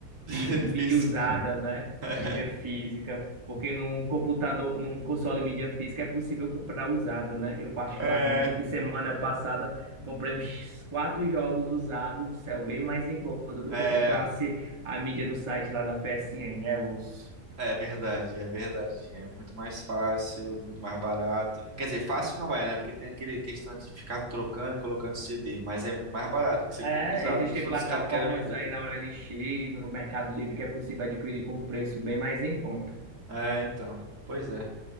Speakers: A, on the right; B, on the right.
A: <laughs>
B: mí- mídia
A: física.
B: usada, né?
A: <laughs>
B: Mídia física, porque num computador, num console mídia física é possível comprar usada, né? Eu particularmente
A: É,
B: aqui semana passada comprei uns quatro jogos usados, isso é bem mais em conta do
A: é.
B: que comprasse a mídia no site lá da PSN, é os
A: É verdade, é verdade. É muito mais fácil, muito mais barato. Quer dizer, fácil não é, né? Porque tem aquele questão de ficar trocando e colocando CD, mas é muito mais barato, porque você
B: é,
A: compra usado
B: existem
A: dos outros
B: plataformas
A: caras que querem vender.
B: aí na OLX, no Mercado Livre, que é possível adquirir com preço bem mais em conta.
A: É, então. Pois é.